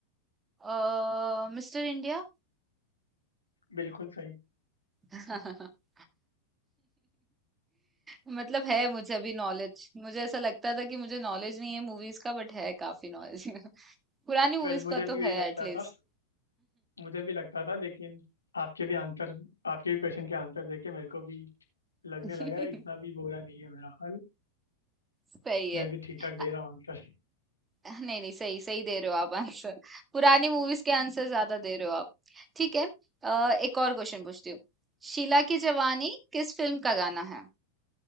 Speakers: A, on the right (about 15°); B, on the left (about 80°).
A: अ, Mister India?
B: बिल्कुल सही
A: <laughs> मतलब है मुझे अभी नॉलेज। मुझे ऐसा लगता था कि मुझे नॉलेज नहीं है मूवीज़ का बट है काफ़ी नॉलेज। <laughs> पुरानी मूवीज़
B: वेल मुझे
A: का
B: भी
A: तो
B: यही
A: है
B: लगता
A: एट लीस्ट।
B: था मुझे भी लगता था लेकिन आपके भी आंसर आपके भी क्वेश्चन के आंसर देके मेरे को भी लगने
A: <laughs>
B: लगा है, इतना भी बुरा नहीं है मेरा हाल
A: सही है
B: मैं भी ठीक ठाक दे
A: अ-
B: रहा हूँ आंसर
A: नहीं नहीं सही सही दे रहे हो आप आंसर <laughs> पुरानी मूवीज के आंसर ज्यादा दे रहे हो आप ठीक है अ, एक और क्वेश्चन पूछती हूँ शीला की जवानी किस फिल्म का गाना है